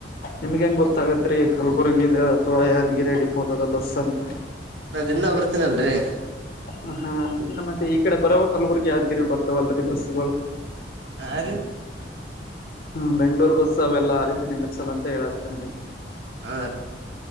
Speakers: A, on the left (about 55°); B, on the right (about 70°).
A: ನಿಮ್ಗೆ ಹೆಂಗೆ ಗೊತ್ತಾಗತ್ ರೀ ಕಲಬುರ್ಗಿ ಅಥ್ವಾ ಯಾದಗಿರಿ ಡಿಪೋತದ ಬಸ್ ಅಂತ.
B: ನಾ ದಿನ್ನ ಬರ್ತೀನಲ್ರರಿ
A: ಹ ಹಾ ಅ್ರಿಂದ ಮತ್ತೆ ಈ ಕಡೆ ಬರವ ಕಲಬುಗ ಯ್ಗಿರಿ ಬರ್ತಾವಲ್ರೀ ಬಸ್ಗಳು
B: ಆ ರೀ
A: ಹ್ಮ ಬೆಂಗ್ಳೂರ್ ಬಸ್ ಅವೆಲ್ಲ ಹರೀತೀನೆ ಅಂದ್ರ ಸಲ ಅಂತ ಹೇಳತರಿ ನೀವು
B: ಆ